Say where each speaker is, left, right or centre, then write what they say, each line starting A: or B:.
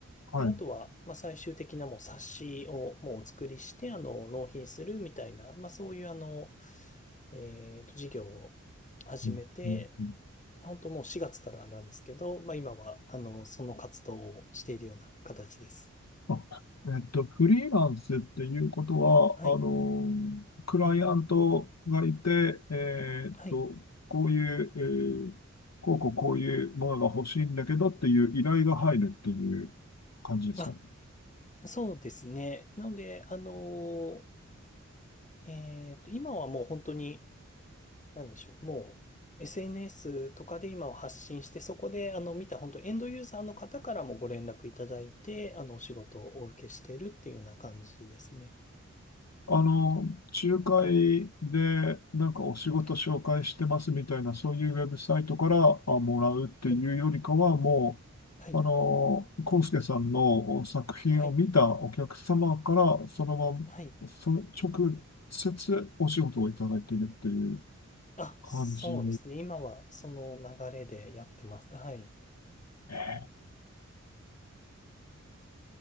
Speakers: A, on the left (about 60°); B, on the left (about 25°).
A: はい。
B: で、あとは、まあ、最終的なもう冊子をもうお作りして、あの、納品するみたいな、まあ、そういうあの、えっと、事業を始めて、
A: うんうんうん
B: 本当もう4月からなんですけど、まあ、今は、あの、その活動をしているような形です。
A: あ、えっと、フリーランスっていうことは、
B: はい。
A: あの、クライアントがいて、えっと、
B: はい。
A: こういう、えーこうこうこういうものが欲しいんだけどっていう依頼が入るっていう感じですね。
B: あ、そうですね。なので、あの、えっと、今はもう本当に、なんでしょう。もう SNS とかで今を発信して、そこであの見た本当エンドユーザーの方からもご連絡いただいて、あのお仕事をお受けしているっていうような感じですね。
A: あの、仲介でなんかお仕事紹介してますみたいな、
B: はい。はい。
A: そういうウェブサイトからあもらうっていうよりかは、
B: はい。
A: も
B: はい。
A: う、あの、コンスケさんの作品を見たお客様から、
B: はい。
A: そのまま、
B: はい。
A: その直接お仕事をいただいているっていう
B: あ、
A: 感じ。
B: そうですね。今はその流れでやってます。はい。
A: ええ